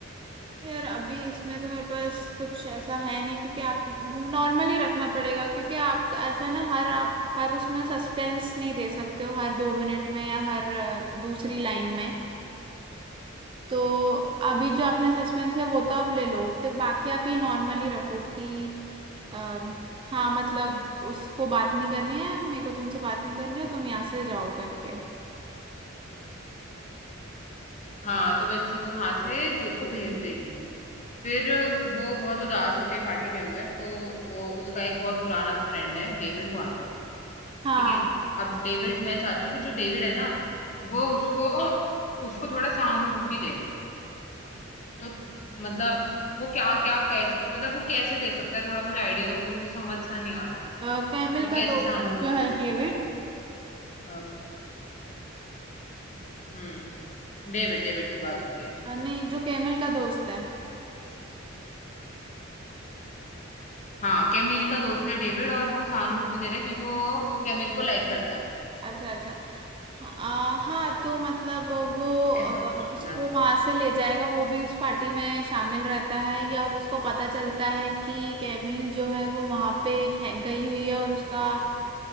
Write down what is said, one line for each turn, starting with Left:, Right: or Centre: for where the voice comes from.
Right: यार अभी इसमें तो मेरे पास कुछ ऐसा है नहीं क्योंकि आप नॉर्मली रखना पड़ेगा क्योंकि आप ऐसा ना हर आप हर उसमें सस्पेंस नहीं दे सकते हो हर दो मिनट में या हर अ, दूसरी लाइन में तो अभी जो आपने सस्पेंस किया वो तो आप ले लो फिर बाकी आप ये नॉर्मली रखो कि अम, हाँ मतलब उसको बात नहीं करनी है मेरे को तुमसे बात नहीं करनी है तुम यहाँ से जाओ करके
Left: हाँ तो वैसे वो वहां से जो को भेज देगी फिर वो बहुत उदास होती है पार्टी के अंदर तो वो उसका एक बहुत पुराना फ्रेंड है डेविड वो आता है
Right: हाँ
Left: ठीक है अब डेविड मैं चाहती हूँ कि जो डेविड है ना वो उसको उसको थोड़ा सहानुभूति दे तो मतलब वो क्या क्या कैसे मतलब वो कैसे दे सकता है थोड़ा मुझे आइडिया दो कि मुझे समझ सा नहीं आ रहा
Right: कैमिल
Left: तो
Right: का
Left: कैसे
Right: दोस्त
Left: सहानुभूति
Right: जो
Left: दे
Right: है
Left: सकता
Right: डेविड
Left: है अ, हम्म डेविड डेविड की बात हो रही है
Right: अ, नहीं जो कैमिल का दोस्त है
Left: हाँ कैमिल का दोस्त है डेविड और वो सहानुभूति दे रहा है क्योंकि वो कैमिल को लाइक करता है
Right: अच्छा अच्छा आ, हाँ तो मतलब वो अ,
Left: ऐसा कुछ बना
Right: उसको
Left: देते
Right: वहां
Left: हैं।
Right: से ले जाएगा वो भी उस पार्टी में शामिल रहता है या उसको पता चलता है कि कैमिल जो है वो वहां पे है, गई हुई है और उसका